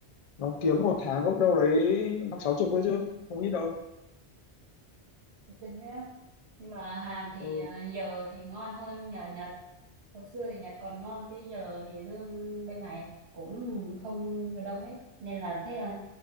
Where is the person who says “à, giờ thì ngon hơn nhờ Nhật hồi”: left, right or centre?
Right